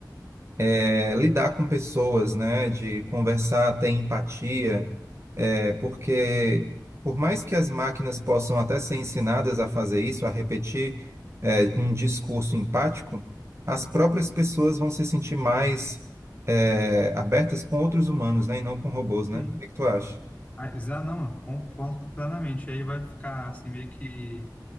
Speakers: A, on the right (about 35°); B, on the left (about 15°).
A: eh, lidar com pessoas, né? De conversar, ter empatia. eh, porque, por mais que as máquinas possam até ser ensinadas a fazer isso, a repetir eh, um discurso empático, as próprias pessoas vão se sentir mais eh, abertas com outros humanos, né? E não com robôs, né?
B: Sim.
A: O que é que tu acha?
B: Ah, exa- não, eu concordo plenamente. Aí vai ficar assim meio que